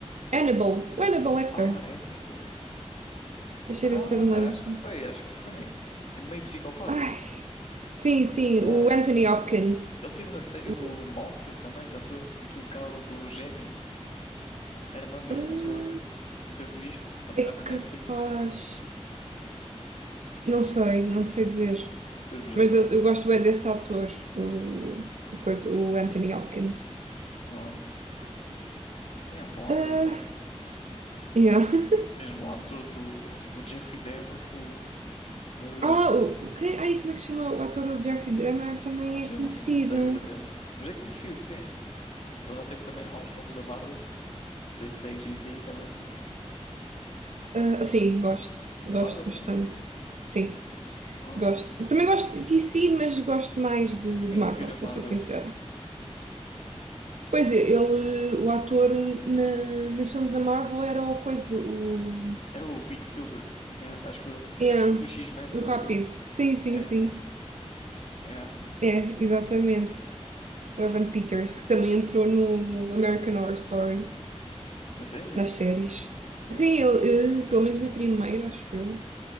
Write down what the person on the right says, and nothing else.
Hannibal, o Hannibal Lecter.
Deixa
eu ver se eu me lembro.
Ai, sim, sim,
o Anthony
Hopkins.
O-
ah,
é
capaz. Não sei, não sei dizer.
Mas
eu, eu gosto bem desse ator, o, o coisa, o Anthony Hopkins.
Ah,
yeah. <laughs>
Ah, o, quem, ai, como é que se chama? O ator do Jeffrey Dahmer também
é conhecido.
Ah, sim, gosto. Gosto
bastante. Sim,
gosto.
Também gosto de DC, mas gosto mais de,
de Marvel,
para
ser sincera.
Pois é, ele, o ator na, nas filmes da Marvel era o coisa, o,
yeah,
o
rápido.
Sim, sim,
sim.
É, exatamente. o Evan Peters, que também entrou no American Horror Story,
nas séries.
Sim, ele, eh, pelo menos na primeira, acho eu.